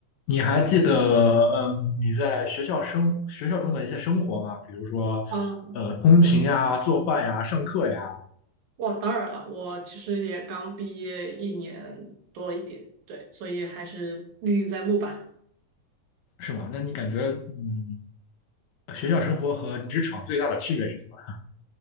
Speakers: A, on the left (about 75°); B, on the right (about 70°).
A: 你还记得，嗯，你在学校生学校中的一些生活吗？比如说，
B: 嗯，
A: 呃，通勤呀、做饭呀、上课呀，
B: 哇，当然了，我其实也刚毕业一年多一点，对，所以还是历历在目吧。
A: 是吧？那你感觉，嗯，学校生活和职场最大的区别是什么？